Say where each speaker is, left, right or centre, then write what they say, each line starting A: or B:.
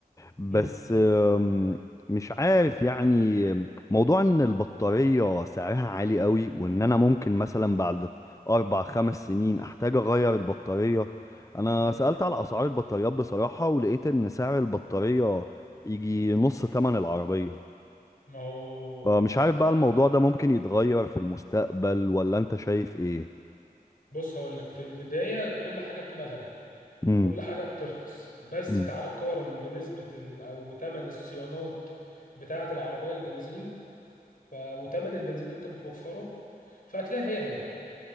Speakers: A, on the left; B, on the left.
A: بس
B: مم.
A: أم، مش عارف يعني موضوع ان البطاريه سعرها عالي قوي وان انا ممكن مثلا بعد اربع خمس سنين احتاج اغير البطاريه انا
B: مم.
A: سالت على اسعار البطاريات بصراحه ولقيت ان سعر البطاريه يجي نص ثمن العربيه
B: ما هو
A: فمش عارف
B: ده
A: بقى الموضوع ده ممكن يتغير في المستقبل ولا انت شايف ايه
B: بص هقول لك في البداية كل حاجة بتبقى غالية
A: امم
B: وكل حاجة بترخص بس
A: امم
B: تعالى قارن بنسبة ال... أو بتمن الصيانات بتاعة العربية البنزين ف... وتمن البنزين اللي أنت بتوفره فهتلاقي هي هي